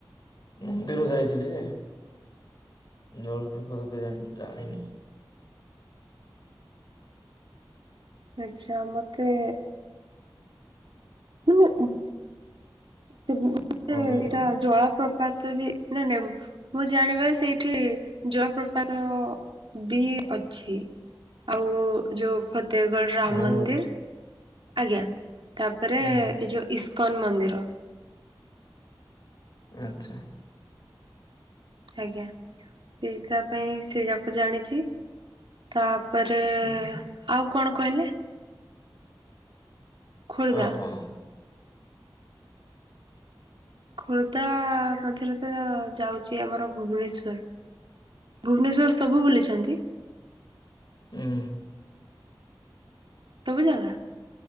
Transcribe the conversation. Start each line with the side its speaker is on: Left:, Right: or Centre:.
Left: ମନ୍ଦିର ଯାଇଥିଲି ଯେ ଜଳ ପ୍ରପାତ କେଜାଣି ଜାଣିନି।
Right: ଆଚ୍ଛା ମତେ <unintelligible> ସେ
Left: କଣ କହିଲ?
Right: ସେଟା ଜଳା ପ୍ରପ ପାତ ବି ନା ନାଇଁ ମୁଁ ଜାଣିବାରେ ସେଇଠି ଜଳପ୍ରପାତ ବି ଅଛି ଆଉ ଯୋଉ ଫତେଇଗଡ ରାମ
Left: ନୟାଗଡ଼
Right: ମନ୍ଦିର ଆଜ୍ଞା। ତାପରେ
Left: ହୁଁ
Right: ଏଇ ଯୋଉ ଇସ୍କନ ମନ୍ଦିର।
Left: ଆଚ୍ଛା।
Right: ଆଜ୍ଞା ସେଇଟା ପାଇଁ ସେ ଯାକ ଜାଣିଚି ତା ତାପରେ
Left: ହୁଁ
Right: ଆଉ କଣ କହିଲେ? ଖୋର୍ଦ୍ଧା
Left: ଆଉ କଣ
Right: ଖୋର୍ଦ୍ଧା ମଧ୍ୟରେ ତ ଯାଉଚି ଆମର ଭୁବନେଶ୍ଵର। ଭୁବୁନେଶ୍ୱର ସବୁ ବୁଲିଚନ୍ତି?
Left: ହୁଁ।
Right: ସବୁ ଜାଗା?